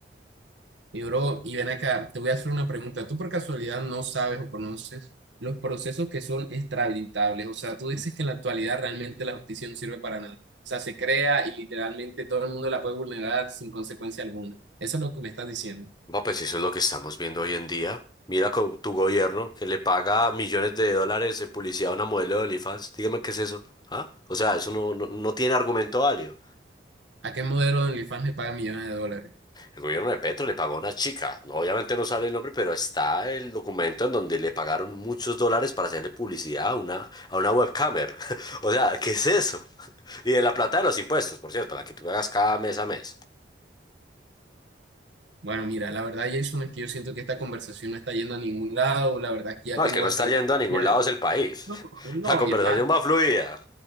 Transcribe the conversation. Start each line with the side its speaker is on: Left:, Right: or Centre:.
Right: Y bro, y ven acá, te voy a hacer una pregunta. ¿Tú por casualidad no sabes o conoces los procesos que son extraditables? O sea, tú dices que en la actualidad realmente la justicia no sirve para nada. O sea, se crea y literalmente todo el mundo la puede vulnerar sin consecuencia alguna. Eso es lo que me estás diciendo.
Left: Va, pues eso es lo que estamos viendo hoy en día. Mira con tu gobierno que le paga millones de dólares de publicidad a una modelo de OnlyFans. Dígame qué es eso. ¿Ah? O sea, eso no, no, no tiene argumento válido.
Right: ¿A qué modelo de OnlyFans le pagan millones de dólares?
Left: El gobierno de Petro le pagó a una chica. Obviamente no sale el nombre, pero está el documento en donde le pagaron muchos dólares para hacerle publicidad a una, a una webcamer. <laughs> O sea, ¿qué es eso? Y de la plata de los impuestos, por cierto, la que tú pagas cada mes a mes.
Right: Bueno, mira, la verdad, Jason, es que yo siento que esta conversación no está yendo a ningún lado. La verdad es que ya
Left: No,
Right: tengo
Left: el que
Right: bastante...
Left: no está yendo a ningún
Right: ya-
Left: lado es el país.
Right: No,
Left: <laughs>
Right: no,
Left: La conversación
Right: mi hermano.
Left: va fluida.